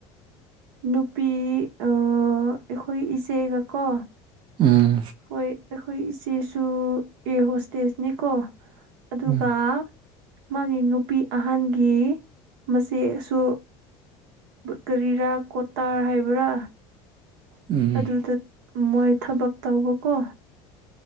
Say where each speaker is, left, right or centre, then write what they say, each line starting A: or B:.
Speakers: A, on the right; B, on the right.
A: ꯅꯨꯄꯤ ꯑ ꯑꯩꯈꯣꯏ ꯏꯆꯦꯒꯀꯣ
B: ꯎꯝ
A: ꯍꯣꯏ ꯑꯩꯈꯣꯏ ꯏꯆꯦꯁꯨ ꯏꯌꯔꯍꯣꯁꯇꯦꯁꯅꯤꯀꯣ ꯑꯗꯨꯒ
B: ꯎꯝ
A: ꯃꯥꯒꯤ ꯅꯨꯄꯤ ꯑꯍꯟꯒꯤ ꯃꯆꯦꯁꯨ ꯀꯔꯤꯔꯥ ꯀꯣꯇꯔ ꯍꯥꯏꯕ꯭ꯔꯥ
B: ꯎꯝ
A: ꯑꯗꯨꯗ ꯃꯣꯏ ꯊꯕꯛ ꯇꯧꯕꯀꯣ